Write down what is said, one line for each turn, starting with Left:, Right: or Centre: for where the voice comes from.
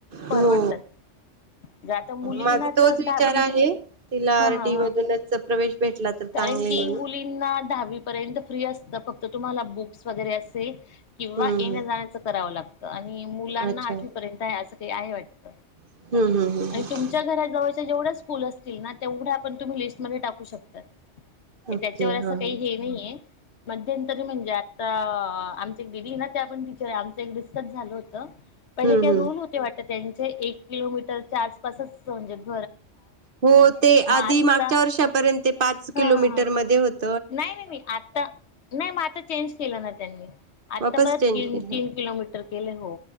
Left: परवडतात
Right: हो
Left: आता मुलींना
Right: माझा तोच
Left: तर
Right: विचार
Left: दहावी
Right: आहे तिला
Left: हंहं
Right: आरटी मधूनच प्रवेश भेटला तर चांगले
Left: कारण की
Right: म्हणून
Left: मुलींना दहावी पर्यंत फ्री असतं फक्त तुम्हाला बुक्स वगैरे असे किंवा
Right: हम्म
Left: येण्या जाण्याचं करावं. आणि मुलांना
Right: अच्छा
Left: आठवीपर्यंत आहेच. ते आहे वाटत.
Right: हम्म हम्म हम्
Left: आणि तुमच्या घराजवळच्या <unintelligible> <unintelligible> असतील ना तेवढ्या आपण तुम्ही लिस्टमध्ये टाकू <inaudible> त्याच्यावर
Right: ओके हा
Left: असं
Right: हा
Left: काही हे नाहीये. मध्यंतरी म्हणजे आता आमच <unintelligible> झालं होत पहिले
Right: हम्म
Left: ते
Right: हम्म
Left: रूल होते वाटत त्यांचे एक किलोमीटर असेच सब <unintelligible>
Right: हो ते आधी
Left: आता
Right: मागच्या वर्षापर्यंत पाच किलोमीटर
Left: हा हा हा
Right: मध्ये होते.
Left: नाही, नाही मी आत्ता नाही चेंज केलं ना त्यांनी? आता
Right: वापस
Left: परत
Right: चेंज
Left: तीन
Right: केलं
Left: तीन किलोमीटर केले हो,